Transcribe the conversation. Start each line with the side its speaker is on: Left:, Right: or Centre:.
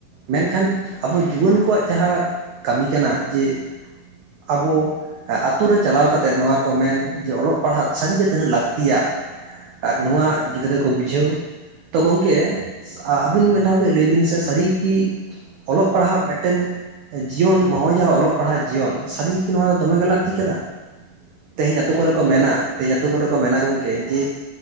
Right: ᱢᱮᱱᱠᱷᱟᱱ ᱟᱵᱚ ᱡᱩᱣᱟᱹᱱ ᱠᱚᱣᱟᱜ ᱡᱟᱦᱟᱸ ᱠᱟᱹᱢᱤ ᱠᱟᱱᱟ ᱡᱮ ᱟᱵᱚ ᱟᱛᱳ ᱨᱮ ᱪᱟᱞᱟᱣ ᱠᱟᱛᱮᱜ ᱱᱚᱣᱟ ᱠᱚ ᱢᱮᱱ ᱡᱮ ᱚᱞᱚᱜ ᱯᱟᱲᱦᱟᱜ ᱥᱟᱹᱨᱤᱜᱮ ᱛᱤᱱᱟᱹᱜ ᱞᱟᱹᱠᱛᱤᱭᱟ᱾ ᱟᱨ ᱱᱚᱣᱟ
Left: ᱦᱮᱸ ᱜᱚᱝᱠᱮ
Right: ᱜᱤᱫᱽᱨᱟᱹ ᱠᱚ ᱵᱩᱡᱷᱟᱹᱣ ᱛᱚ ᱜᱚᱢᱠᱮ᱾ ᱟᱹᱵᱤᱱ
Left: ᱦᱮᱸ
Right: ᱢᱤᱴᱟ ᱡᱮ ᱞᱟᱹᱭ ᱵᱤᱱ ᱥᱮ ᱥᱟᱹᱨᱤᱜᱤ ᱠᱤ ᱚᱞᱚᱜ ᱯᱟᱲᱦᱟᱜ ᱢᱤᱫᱴᱮᱱ ᱡᱤᱭᱚᱱ ᱱᱚᱭ ᱡᱮ ᱚᱞᱚᱜ ᱯᱟᱲᱦᱟᱜ ᱡᱤᱭᱚᱱ ᱥᱟᱹᱨᱤ ᱠᱤ ᱱᱚᱶᱟ
Left: ᱜᱚᱝᱠᱮ
Right: ᱫᱚᱢᱮ ᱜᱮ ᱞᱟᱹᱠᱛᱤ ᱠᱟᱱᱟ ᱛᱮᱦᱮᱧ ᱟᱛᱳ
Left: ᱦᱮᱸ
Right: ᱠᱚᱨᱮ
Left: ᱜᱚᱝᱠᱮ
Right: ᱠᱚ ᱢᱮᱱᱟᱼᱼ ᱛᱮᱦᱮᱧ ᱟᱛᱳ ᱠᱚᱨᱮ ᱠᱚ ᱢᱮᱱᱟ ᱜᱚᱝᱠᱮ ᱡᱮ